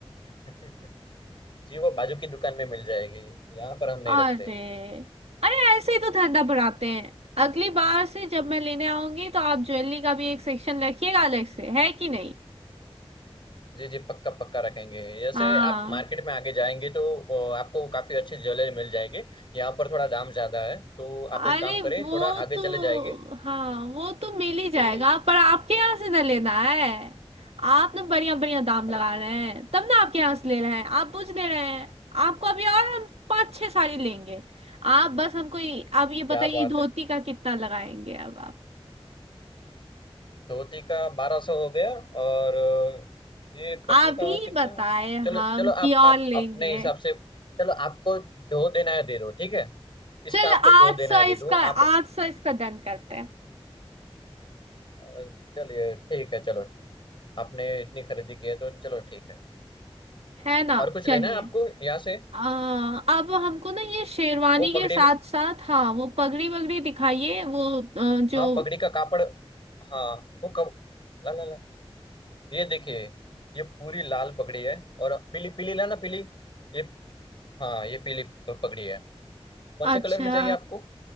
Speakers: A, on the left (about 55°); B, on the right (about 80°).
A: <laughs> जी वो बाजू की दुकान में मिल जाएगी यहाँ पर हम नहीं
B: अरे
A: रखते
B: अरे ऐसे ही तो धंधा बढ़ाते हैं अगली बार से जब मैं लेने आऊंगी तो आप ज्वेलरी का भी एक सेक्शन रखिएगा अलग से है कि नहीं
A: जी जी पक्का पक्का रखेंगे जैसे
B: हाँ
A: आप मार्केट में आगे जाएंगे तो अ, आपको काफी अच्छी ज्वेलरी मिल जाएगी यहाँ पर थोड़ा दाम ज्यादा है तो
B: अरे
A: आप एक काम
B: वो
A: करें थोड़ा आगे
B: तो
A: चले जाएंगे
B: हाँ वो तो मिल ही जाएगा
A: जी
B: पर आपके यहाँ से ना लेना है आप ना बढ़िया बढ़िया दाम
A: अरे
B: लगा रहे हैं तब ना आपके यहाँ से ले रहे हैं आप पूछ ले रहे हैं आपको अभी और हम पाँच छह साड़ी लेंगे आप बस हमको ये- आप ये
A: क्या
B: बताइए
A: बात
B: धोती
A: है
B: का कितना लगाएंगे अब आप
A: धोती का बारह सौ हो गया और अ, ये कफनी
B: आप
A: का
B: ही
A: कितना
B: बताएं
A: चलो
B: हम
A: चलो
B: कि
A: आप
B: और
A: आप
B: लेंगे
A: अपने हिसाब से चलो आपको जो देना है दे दो ठीक है इसका
B: चल
A: आपको
B: आठ
A: जो देना
B: सौ
A: है दे
B: इसका
A: दो आप
B: आठ सौ इसका डन करते हैं
A: अ, चलिए ठीक है चलो आपने इतनी खरीदी की है तो चलो ठीक है
B: है ना
A: और कुछ
B: चलिए
A: लेना है आपको यहाँ से
B: आ, अब हमको ना ये शेरवानी
A: वो पगड़ी
B: के साथ साथ हाँ वो पगड़ी वगड़ी दिखाइए वो अ, जो
A: हाँ पगड़ी का कापड़ हाँ वो कब ला ला ला ये देखिए ये पूरी लाल पगड़ी है और पीली पीली लाना पीली ये हाँ ये पीली पगड़ी है कौन से
B: अच्छा
A: कलर में चाहिए आपको